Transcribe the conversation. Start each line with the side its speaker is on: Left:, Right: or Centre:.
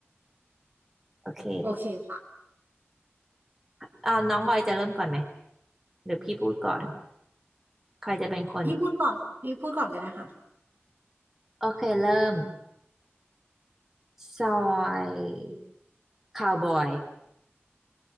Centre: โอเค
Right: โอเคค่ะ
Centre: เอ่อน้องออยจะเริ่มก่อนไหมหรือพี่พูดก่อนใครจะเป็นคน
Right: พี่พูดก่อนพี่พูดก่อนก็ได้ค่ะ
Centre: โอเคเริ่ม ซอยคาวบอย